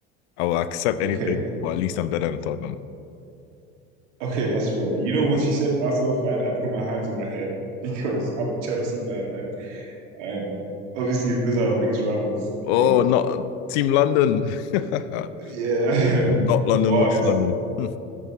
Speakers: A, on the left; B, on the right.
A: I will accept
B: Okay,
A: anything, or at least I'm better than Tottenham.
B: okay, that's fair. You know, what she said Arsenal fan, I put my hands on my head <laughs> because I'm a Chelsea fan. I'm obviously those are our biggest rivals in
A: Oh,
B: London.
A: not Team London. <laughs>
B: Yeah.
A: Oh, not
B: <laughs>
A: London,
B: Wow,
A: West
B: it's
A: London. Hmm.